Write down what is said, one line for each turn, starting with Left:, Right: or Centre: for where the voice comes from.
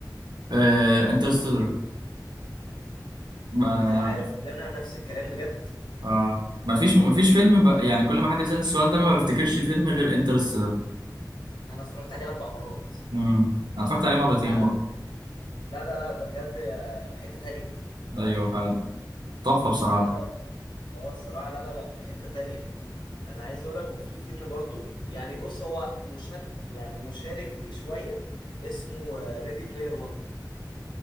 Right: آه... انترستيلر ما
Left: انت عارف ان انا نفس الكلام بجد
Right: آه... ما فيش ما فيش فيلم
Left: لا
Right: ب... يعني كل ما حد يسألني السؤال ده ما بفتكرش فيلم غير انترستيلر
Left: انا اتفرجت عليه اربع مرات
Right: امم انا اتفرجت عليه مرتين
Left: لا انا
Right: بقى
Left: لا لا لا ده بجد آه، في حتة تانية
Right: ايوه فعلا تحفه بصراحه
Left: لا لا لا اه الصراحة لا لا لا في حتة تانية انا عايز اقولك وفي فيلم برضو يعني بص هو مشارك يعني مشارك ليه شوية اسمه ريدي بلاير 1